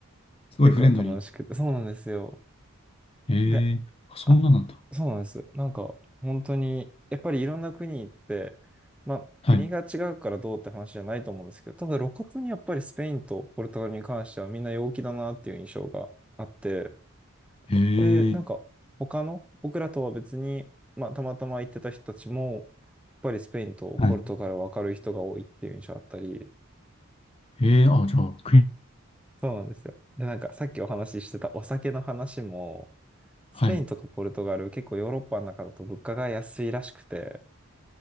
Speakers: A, on the left; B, in the centre.
A: すごいフレンドリ
B: 結構楽しくて。そうなんですよ。
A: ー。へえ、
B: で、
A: あそんななんだ。
B: あ、そうなんです。なんか、本当に、やっぱりいろんな国行って、まあ、
A: はい。
B: 国が違うからどうって話じゃないと思うんですけど、ただ露骨にやっぱりスペインとポルトガルに関してはみんな陽気だなっていう印象があって、
A: へ
B: で、なんか、
A: え、
B: 他の、僕らとは別に、まあ、たまたま行ってた人たちも、やっぱりスペインとポルトガルは明るい人が多いっていう印象あったり、
A: はい。へえ、あ、じゃあ、クイーン
B: そうなんですよ。で、なんか、さっきお話ししてたお酒の話も、スペインとかポルトガル、
A: はい。
B: 結構ヨーロッパの中だと物価が安いらしくて、